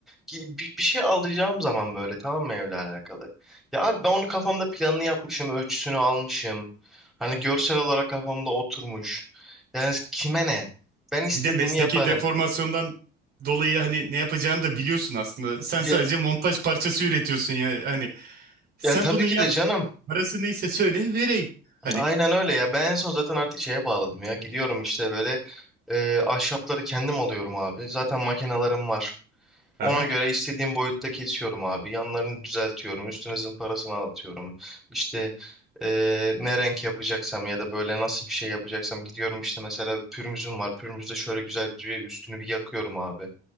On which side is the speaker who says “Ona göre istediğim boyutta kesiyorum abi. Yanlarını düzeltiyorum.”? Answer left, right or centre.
Centre